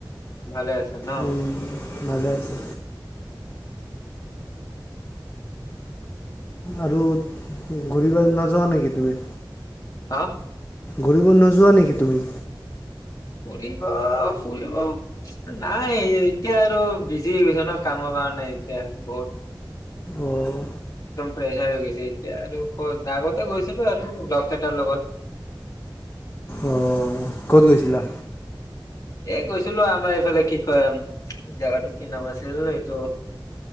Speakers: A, on the left; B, on the left.
A: ভালে আছে ন?
B: উম, ভালে আছো। আৰু ঘূৰি নযোৱা নেকি তুমি?
A: হা।
B: ঘূৰিব নোযোৱা নেকি তুমি?
A: ফুৰিব ফুৰিব নাই এতিয়া আৰু বিজি হৈ গৈছে ন কামৰ কাৰণে এতিয়া বহুত
B: অঁ
A: প্ৰেছাৰ হৈ গৈছে, এতিয়া আৰু ক আগতে গৈছিলো আৰু লগ কেটাৰ লগত
B: অঁহ ক'ত গৈছিলা?
A: এ গৈছিলো আমাৰ এইফালে কি কয়- জেগাটো কি নাম আছিল এইটো